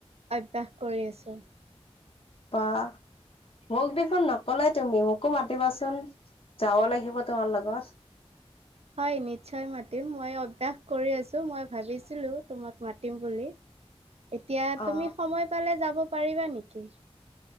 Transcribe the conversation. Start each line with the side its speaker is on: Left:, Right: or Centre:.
Right: অভ্যাস কৰি আছো
Left: বাহ মোক দেখোন নকলাই তুমি মোকো মাতিবাচোন যাব লাগিব তোমাৰ লগত
Right: হয় নিশ্চয় মাতিম মই অভ্যাস কৰি আছোঁ মই ভাবিছিলোঁ তোমাক মাতিম বুলি এতিয়া
Left: অ
Right: তুমি সময় পালে যাব পাৰিবা নেকি